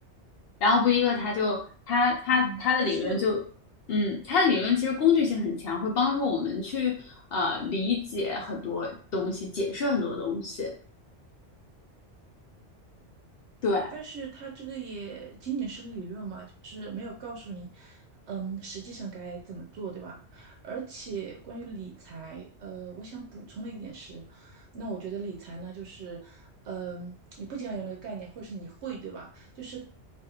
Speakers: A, on the left; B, on the right.
A: 然后布迪克他就他他他的理论就，
B: 嗯，而且
A: 嗯，他的理论其实工具性很强，会帮助我们去呃理解很多东西，解释很多东西。对
B: 但是它这个也仅仅是个理论嘛，就是没有告诉你，嗯，实际上该怎么做，对吧？而且关于理财，呃，我想补充的一点是，那我觉得理财呢，就是，嗯，你不仅要有那个概念，或是你会，对吧？就是